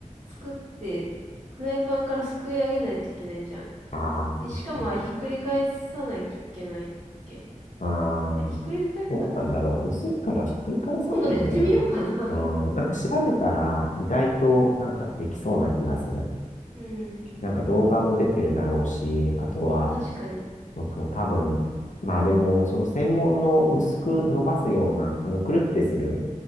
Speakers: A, on the right; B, on the left.
A: 作って、フライパンからすくい上げないといけないじゃん。
B: ああ、確かに。
A: で、しかもひっくり返さないといけないっけ。
B: あ
A: あれひっくり返さなくていいのか。
B: あ、どうなんだろう。薄いからひっくり返さないんじゃないうん、
A: 今度やってみようかな。<laughs>
B: なんか調べたら、意外となんかできそうな気がする。
A: うん。
B: なんか動画も出てるだろうし、あとは、
A: まあ確かに。
B: そうそう、多分、まあでも、その専門の薄く伸ばすような、あの、くるってする